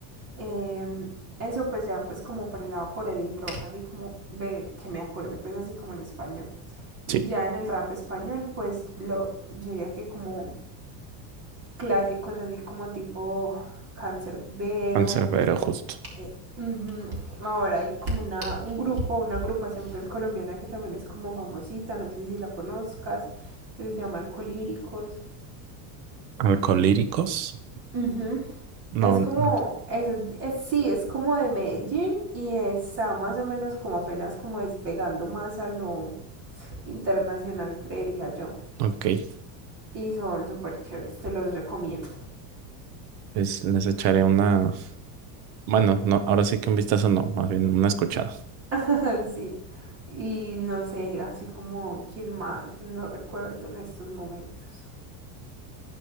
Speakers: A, on the right; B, on the right.
A: Eh, eso pues ya pues como por el lado por el rock, así como de, que me acuerde pues así como en español. Y
B: Sí,
A: ya en el rap español pues lo, yo diría que como clásicos así como tipo Cancerbero,
B: Canserbero, justo.
A: eh, ujú. Ahora hay como una, un grupo, una agrupación pues colombiana que también es como famosita, no sé si la conozcas, que se llama Alcolíricos.
B: Alcolíricos.
A: Ujú.
B: No,
A: Es como,
B: no,
A: es, es- sí, es como de Medellín y está más o menos como apenas como despegando más a lo internacional, creería yo.
B: ok.
A: Y son súper chéveres, te los recomiendo.
B: Les, les echaré una. Bueno, no, ahora sí que un vistazo no, más bien una escuchada.
A: <laughs> Sí. Y no sé, así como quién más, no recuerdo en estos momentos.